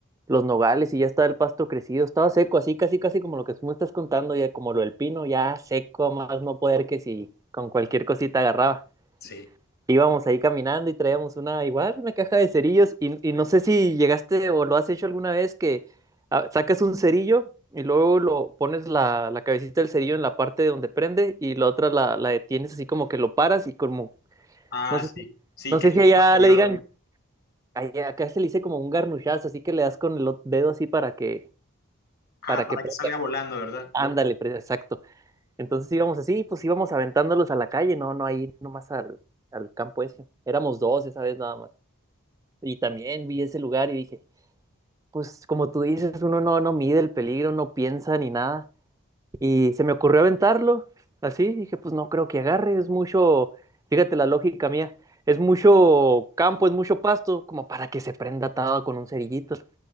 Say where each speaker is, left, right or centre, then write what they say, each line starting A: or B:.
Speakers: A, on the right (about 15°); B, on the left (about 50°).
A: los nogales y ya estaba el pasto crecido, estaba seco, así casi casi como lo que tú me estás contando, ya como lo del pino, ya seco, a más no poder que si con cualquier cosita agarraba
B: Sí.
A: íbamos ahí caminando y traíamos una, igual, una caja de cerillos y, y no sé si llegaste o lo has hecho alguna vez que ah, sacas un cerillo y luego lo pones la, la cabecita del cerillo en la parte donde prende y la otra la, la detienes así como que lo paras y como,
B: Ah,
A: no sé,
B: sí.
A: si-
B: Sí,
A: no
B: que
A: sé
B: se
A: si allá
B: ha pegado.
A: le digan, allá- acá se le dice como un garnuchazo, así que le das con el o- dedo así para que,
B: Ah,
A: para
B: para
A: que prenda.
B: que salga volando, ¿verdad?
A: Ándale, pre- exacto. Entonces íbamos así, pues íbamos aventándolos a la calle, no, no ahí nomás al, al campo ese. Éramos dos esa vez nada más. Y también vi ese lugar y dije, pues como tú dices, uno no, no mide el peligro, no piensa ni nada. Y se me ocurrió aventarlo, así, dije, pues no creo que agarre, es mucho, fíjate la lógica mía, es mucho campo, es mucho pasto, como para que se prenda atado con un cerillito.